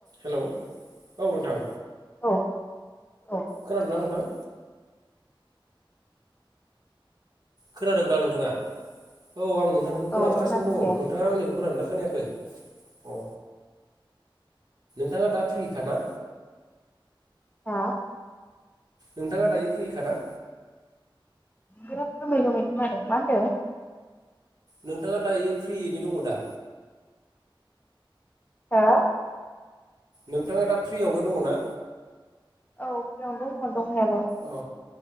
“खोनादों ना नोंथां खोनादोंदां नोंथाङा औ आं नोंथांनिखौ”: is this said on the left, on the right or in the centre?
Right